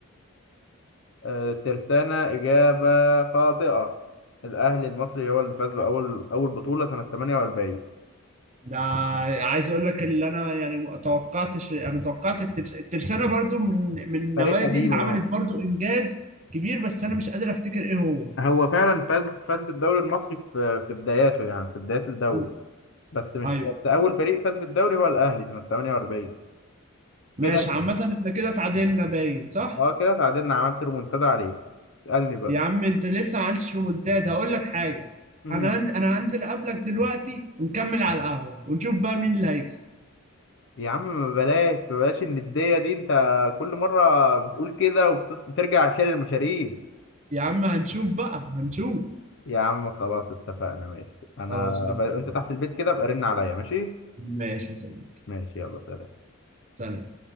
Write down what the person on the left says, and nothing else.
آه، الترسانة إجابة خاطئة الأهلي المصري هو اللي فاز بأول أول بطولة سنة 48
فريق قديم
أه
هو فعلا فاز فاز بالدوري المصري في في بداياته يعني في بداية الدوري
بس مش
بس أول فريق فاز بالدوري هو الأهلي سنة 48
كده
اه كده تعادلنا عملت ريمونتادا عليك اسألني بقى
امم
يا عم ما بلاش ما بلاش الندية دي انت كل مرة بتقول كده وبترجع عشان المشاريب
يا عم خلاص اتفقنا ماشي انا
ب... انت
تحت البيت كده ابقى رن عليا ماشي
ماشي يلا سلام